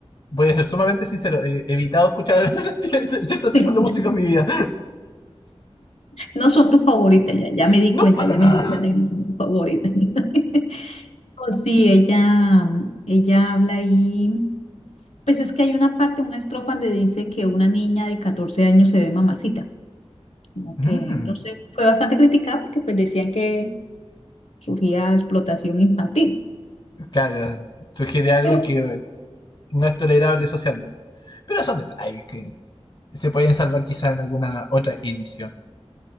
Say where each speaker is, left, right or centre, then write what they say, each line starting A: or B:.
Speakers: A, on the left; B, on the left.
A: voy a ser sumamente sincero. He he evitado escuchar <laughs> ciertos tipos
B: <laughs>
A: de música en mi vida.
B: No son tus favoritas, ya, ya me di
A: No
B: cuenta,
A: para
B: ya
A: nada.
B: me di cuenta que no son tus favoritas. <laughs> Oh, Sí, ella, ella habla ahí, pues es que hay una parte, una estrofa donde dice que una niña de 14 años se ve mamacita, como
A: Mm,
B: que, entonces fue bastante criticada porque pues decían que surgía explotación infantil,
A: claro, sugiere algo
B: pero...
A: que no es tolerable socialmente. Pero son detalles que se pueden salvar quizás en alguna otra edición.